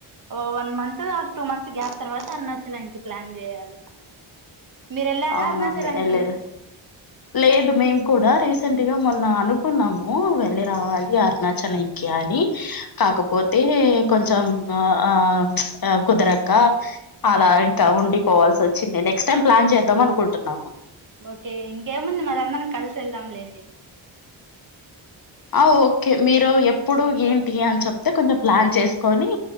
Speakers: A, on the right; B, on the left.
A: ఓ వన్ మంత్ ఆ టూ మంత్స్ గ్యాప్ తర్వాత అరుణాచలానికి ప్లాన్ చేయాలి మీరు వెళ్ళారా
B: అవునవును
A: అరుణాచలంకి
B: ఎలిరు లేదు మేమ్ కూడా రేస్ సెంట్ గా మొన్న అనుకున్నాము వెళ్ళి రావాలి అరుణాచల్ ఇక అని కాకపోతే కొంచం ఆ కుదరక అలా ఇంకా ఉండిపోవాల్సి వచ్చింది నెక్స్ట్ టై ప్లాన్ ద్ద అనుకుంటున్నాము
A: ఓకే ఇంకేముంది మరి అందరం కలిసి వెళ్దాంలేండి
B: ఆ ఓకే మీరు ఎప్పుడు ఏంటి అని చెప్తే కొంచెం ప్లాన్ చేసుకొని